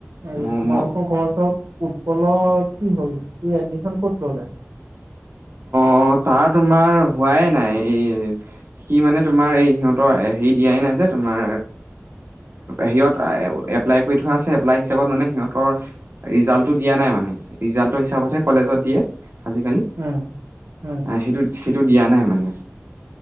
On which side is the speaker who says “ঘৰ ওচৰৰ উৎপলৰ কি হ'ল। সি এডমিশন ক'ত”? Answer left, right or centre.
Right